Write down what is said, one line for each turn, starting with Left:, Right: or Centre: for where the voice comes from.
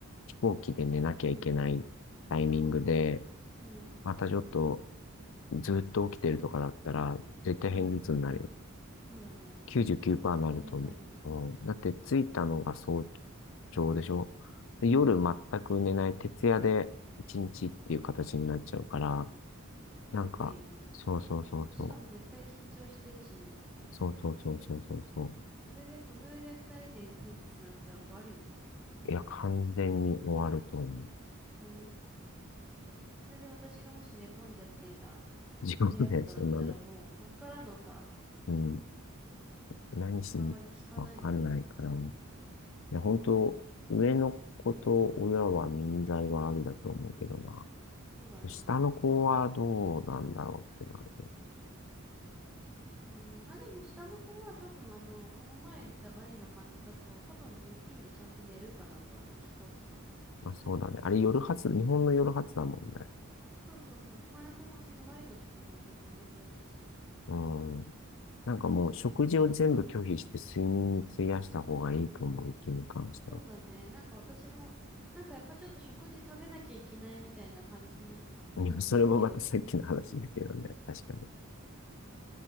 Left: 飛行機で寝なきゃいけないタイミングで、
Centre: ああ、うん。
Left: またちょっとずっと起きてるとかだったら、絶対片頭痛になるよ。
Centre: うんうん。そうだね。
Left: 99%
Centre: 絶対やばいね。
Left: になると思う。うん、だって着いたのが早朝でしょで夜全く寝ない徹夜で一日っていう形になっちゃうから、
Centre: うん。
Left: なんか、
Centre: えぐいよね。
Left: そうそうそうそ
Centre: しかも絶対緊張してるしね。
Left: う。そうそうそうそうそうそ
Centre: もうそれで小連れで二人で点ずつなったら終わるよね。
Left: う。いや、完全に終わると思
Centre: ね。それで私がもし寝込んじゃってさ、ずっと部屋とかだったらもうそっからのさ、
Left: う。地獄で、そんなの。うん。何しにかわかんないから。
Centre: リカバリー効かないもんね。
Left: いや、本当上の子と親は民財はありだと思うけどな。
Centre: そうだね。
Left: 下の子はどうなんだろうってのあるけど。
Centre: うん。うん、まあでも下の子は多分あの、この前行ったバリの感じだと多分ルーティンでちゃんと寝るかなとは思う、飛行機は。
Left: まあそうだね。あれ夜発、日本の夜発だもんね。
Centre: そうそうそう。で、前もそのバリの時も全く同じだったし。
Left: うん。なんかもう食事を全部拒否して睡眠に費やした方がいいと思う、息に関しては。
Centre: そうだね。なんか私も、なんかやっぱちょっと食事食べなきゃいけないみたいな感じになっちゃうけど、
Left: いや、それもまたさっきの話だけどね。確かに。